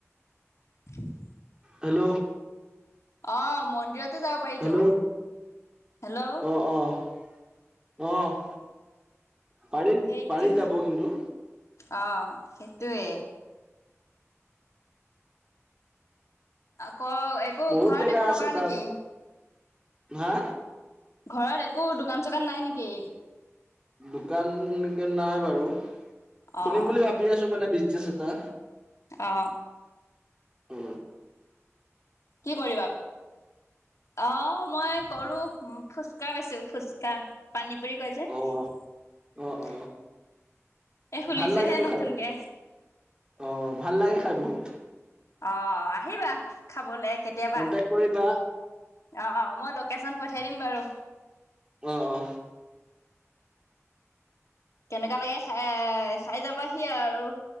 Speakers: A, on the left; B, on the right.
A: <unintelligible>
B: হেল্ল।
A: অ' মন্দিৰতো যাব পাৰিতো।
B: হেল্ল'
A: হেল্ল'
B: অ', অ', অ'। পাৰি
A: সেইটো
B: পাৰি যাব কিন্তু
A: অ সেইটোৱে আকৌ একো
B: বহুত
A: ঘৰত
B: জেগা
A: একো
B: আছে
A: নকৰা
B: তাত
A: নেকি
B: হা
A: ঘৰত একো দোকান চোকান নাই নেকি
B: দোকান এনেকে নাই বাৰু
A: অ',
B: খুলিম বুলি ভাবি আছো মানে বিজ বিজনেছ এটা
A: অ
B: উ
A: কি কৰিবা অ মই কৰো ফুচকা বেচো ফুচকা পানী পুৰী কয় যে
B: অ অ অ
A: এ খুলিছেহে
B: ভাল লাগেতো
A: নতুনকে
B: খাই অ ভাল লাগে খাই বহুত
A: অ আহিবা খাবলৈ কেতিয়াবা
B: কন্টেক্ট কৰিবা
A: অ মই লোকেশচন পঠিয়াই দিম বাৰু
B: অ অ
A: কেনেকুৱা লাগে খাই এ খাই যাবাহি আৰু